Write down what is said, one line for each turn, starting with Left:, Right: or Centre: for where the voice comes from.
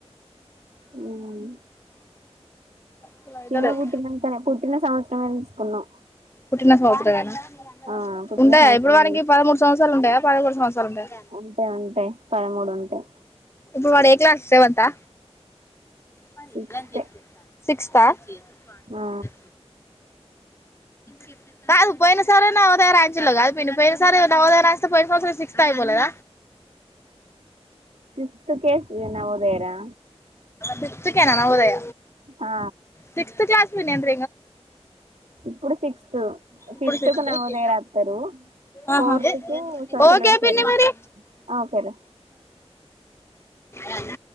Right: హ్మ్
Left: కూల్ అయితలేదు
Right: చిన్న పుట్టిన పుట్టిన సంవత్సరమే తీసుకున్నా
Left: పుట్టిన సంవత్సరమేనా
Right: ఆ పుట్టిన
Left: ఉంటాయా
Right: సంవత్సరమె
Left: ఇప్పుడు వానికి పదమూడు సంవత్సరాలు ఉంటాయా పదకొండు సంవత్సరాలు ఉంటాయా
Right: ఉంటే ఉంటయి పదమూడు ఉంటయి
Left: ఇప్పుడు వాడు ఏ క్లాస్ సెవెంతా మరి
Right: సిక్స్త్
Left: చెా సిక్స్ా కధ
Right: ఆ
Left: చెప్ప కాదు పోయిన సరే నవదయర అంచలో కాదు ప పోయిన సరే నవోదయస్త పోయిన సంవసం సిక్స్స్తాయి మలేద
Right: ఫిఫ్త్ కేసు న ఉదయరా
Left: సిక్త్ కేనా హదయ
Right: ఆ
Left: సిక్స్త్ జాస్మని అన్
Right: ఇప్పుడు సిక్స్త్
Left: ఇప్పుడు
Right: సిక్్త్
Left: సిక్స్త్
Right: త నవోదయ రాస్తారు ఫోర్త్
Left: ఆహా
Right: కు సోషల్
Left: ఓకే
Right: వెల్ఫేర్
Left: పని
Right: రాస్తారు
Left: మరి
Right: ఓకేరా
Left: అనా